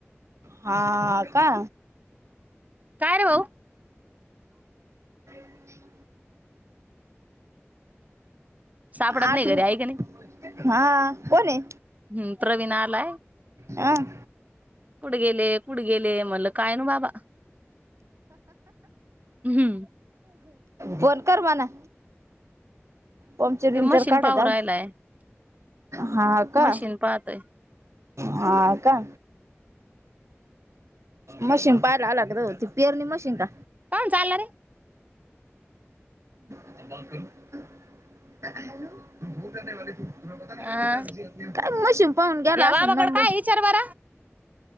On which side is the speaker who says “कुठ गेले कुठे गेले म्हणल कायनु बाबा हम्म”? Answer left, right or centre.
Right